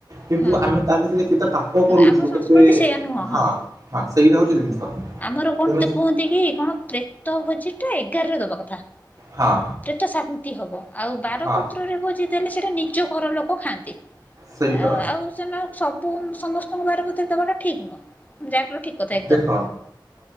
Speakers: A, on the right; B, on the left.
A: କିନ୍ତୁ
B: ହଁ
A: ଆମେ ତା ଭିତରେ କେତେ ପାପ
B: କିନ୍ତୁ
A: କରୁଚୁ
B: ଆମ ସଂସ୍କୃତି
A: କେତେ
B: ସେଇୟା ନୁହଁ
A: ହଁ
B: ହଁ।
A: ହଁ ସେଇଟା ହଉଛି ଜିନିଷ
B: ଆମର କଣ
A: ତେଣୁ
B: ତ କୁହନ୍ତି କି କଣ ପ୍ରେତ ଭୋଜି ଟା ଏଗାରରେ ଦବା କଥା।
A: ହଁ
B: ପ୍ରେତ ଶାନ୍ତି ହବ ଆଉ ବାରପତ୍ରରେ
A: ହଁ
B: ଭୋଜି ଦେଲେ ସେଇଟା ନିଜ ଘର ଲୋକ ଖାଆନ୍ତି
A: ସେଇଟା
B: ଆଁ ଆଉ ସେମାନେ ସବୁ ସମ ତମ ବାର ପତ୍ର ଦବା ଟା ଠିକ ନୁହଁ ଯାହା କଲ ଠିକ କଥା ଏକଦମ
A: ଦେଖ
B: ହୁଁ